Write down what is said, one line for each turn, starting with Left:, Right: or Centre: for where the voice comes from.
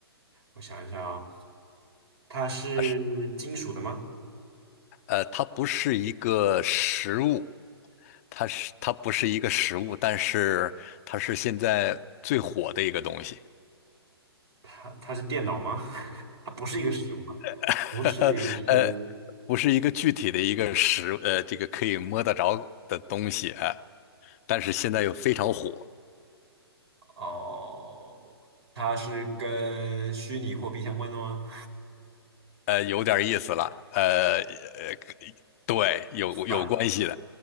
Right: 我想一想，哦，它是金属的吗？
Left: 啊是呃，它不是一个实物，它是它不是一个实物，但是它是现在最火的一个东西，
Right: 它它是电脑吗？<laughs> 它不是一个实物，
Left: <laughs>
Right: 不是一个实物。
Left: 呃，不是一个具体的一个实，呃，这个可以摸得着的东西啊，但是现在又非常火，
Right: 哦，它是跟虚拟货币相关的吗？
Left: 呃，有点意思了，呃，呃，对，有有关系的，
Right: 算